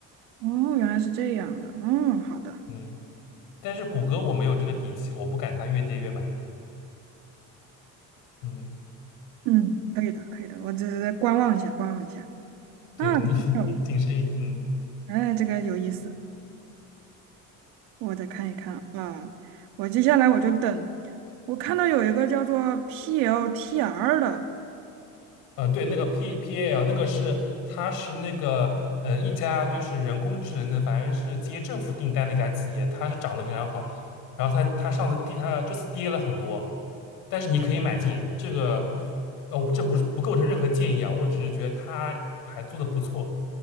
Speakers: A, on the right; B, on the left.
A: 哦，原来是这样的。嗯，好的，
B: 嗯，但是谷歌我没有这个底气，我不敢它越跌越买。嗯，
A: 嗯，可以的，可以的，我只是在观望一下，观望一下。
B: 对你
A: 啊，挺有意思
B: <laughs> 你谨慎一点。嗯，
A: 哎，这个有意思，我再看一看啊。我接下来我就等，我看到有一个叫做 PLTR 的，
B: 呃，对，那个 P P A L 那个是它是那个呃一家就是人工智能的，反正是接政府订单的一家企业，它是涨得非常好。然后它它上次跌，它这次跌了很多，但是你可以买进这个。哦，这不是不构成任何建议啊，我只是觉得它还做得不错。